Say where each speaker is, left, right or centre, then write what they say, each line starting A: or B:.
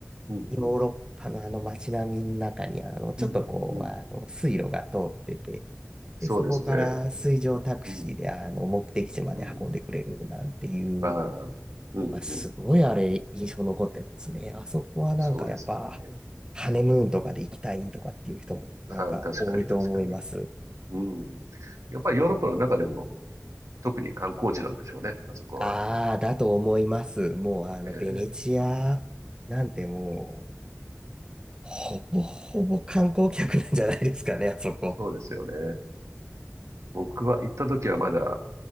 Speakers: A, on the right; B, on the right.
A: うん、
B: ヨーロッパのあの街並みの中に、
A: うん、
B: あの、ちょっとこう、
A: うん、うん。
B: あの、水路が通ってて、
A: そうですね。
B: で、そこから水上タクシーであの目的地まで運んでくれるなんていう
A: うん、うん。ああ、うん、
B: のがすごいあれ印象残ってますね。
A: うん。
B: あそこはなんかやっぱ
A: そうですよね。
B: ハネムーンとかで行きたいとかっていう人もなんか多いと思います。
A: ああ、確かに確かに。うん。やっぱりヨーロッパの中でも特に観光地なんでしょうね、あそこは。
B: ああ、だと思います。もうあのベネチアなんてもう
A: えー
B: ほぼほぼ観光客なんじゃないですかね、あそこ。
A: そうですよね。僕は行った時はまだ